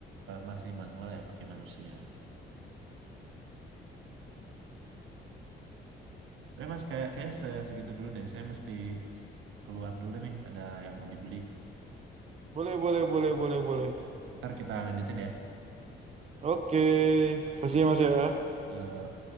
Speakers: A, on the right; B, on the right.
A: eh, masih manual ya, pakai manusia. Ya mas, kayak kayak se- segitu dulu deh. Saya mesti keluar dulu nih. Ada yang mau dibeli.
B: Boleh, boleh, boleh, boleh, boleh.
A: Ntar kita lanjutin ya.
B: Oke, kasih ya, Mas ya.
A: Ya,